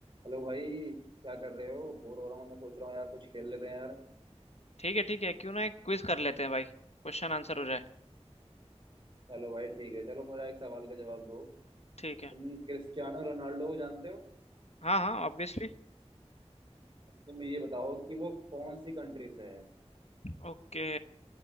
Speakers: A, on the right; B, on the left.
A: Hello भाई क्या कर रहे हो बोर हो रहा हूँ मैं सोच रहा हूँ यार कुछ खेल लेते हैं यार
B: ठीक है ठीक है क्यों ना एक क्विज कर लेते हैं भाई क्वेश्चन आंसर हो जाए
A: चलो भाई ठीक है चलो मेरा एक सवाल का जवाब दो
B: ठीक है
A: तुम क्रिस्टियानो रोनाल्डो को जानते हो
B: हाँ हाँ ऑब्वियसली
A: अच्छा, तुम ये बताओ कि वो कौन सी कंट्री से है
B: ओके